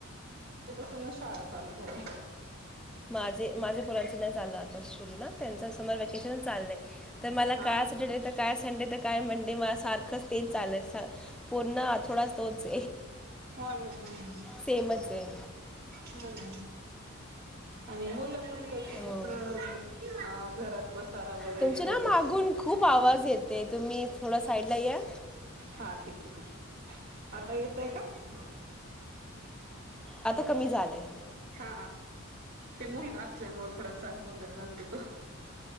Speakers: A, on the right; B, in the centre.
A: सूनच शाळा चालू झाली
B: माझे माझे पोरांचे नाही आ सुरू ना त्यांच समर वकेशनच चाललंय तर मला
A: हा
B: काय सॅटरडे तर काय संडे तर काय मंडे मला सात तेच चाल पनण थोडा तोच
A: हो ना हो ना
B: सेमच आहे
A: हो ना. आणि मुलं म्हण
B: हो
A: कस घरात पसारा वगैरे
B: तुमचे ना
A: होतोच
B: मागून खूप आवाज येते तुम्ही थोडं साईडला या.
A: हा ठीक आहे ठीक आता येतय का? ह्.
B: आता कमी झालंय.
A: हा, ते मुलगा असल्यामु थोडासा गोंधळ घालतो तो.